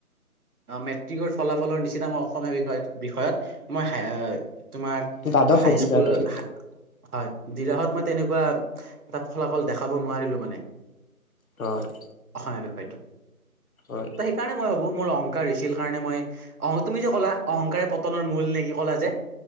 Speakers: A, on the right (about 80°); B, on the left (about 70°).
A: মেট্ৰিকৰ ফলাফলৰ নিচিনা মই অসমীয়া বিষয় বিষয়ত মই হাই তোমাৰ
B: দ্বাদশ শতিকাত
A: হাইস্কুল
B: আৰু
A: হয়ৰাত। হয় তেনেকুৱা এটা ফলাফল দেখাব নোৱাৰিলো মানে,
B: হয়,
A: অসমীয়া বিষয়ত
B: হয়,
A: ত সেইকাৰণে মই ভাবো। মোৰ অহংকাৰ হৈছিল কাৰণে, মই অ তুমি যে ক'লা অহংকাৰে পতনৰ মূল নেকি ক'লা যে